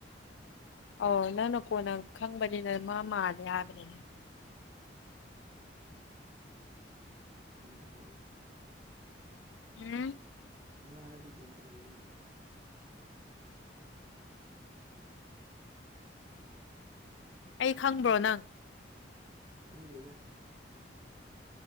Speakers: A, on the left; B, on the right.
A: ꯑꯣ ꯅꯪꯅ ꯀꯣꯟꯅ ꯈꯪꯕꯅꯤꯅ ꯃꯥ ꯃꯥꯂꯦ ꯍꯥꯏꯕꯅꯤꯅ
B: ꯎꯝ ꯑꯗꯨꯃꯥꯏ ꯍꯥꯏꯔꯛꯎ
A: ꯎꯝ
B: ꯑꯗꯨꯝꯥꯏ ꯍꯥꯏꯔꯗꯤ ꯒ꯭ꯌꯥꯟ ꯇꯥꯔꯦꯗꯅ
A: ꯑꯩ ꯈꯪꯕ꯭ꯔꯣ ꯅꯪ
B: ꯈꯪꯗꯦꯗ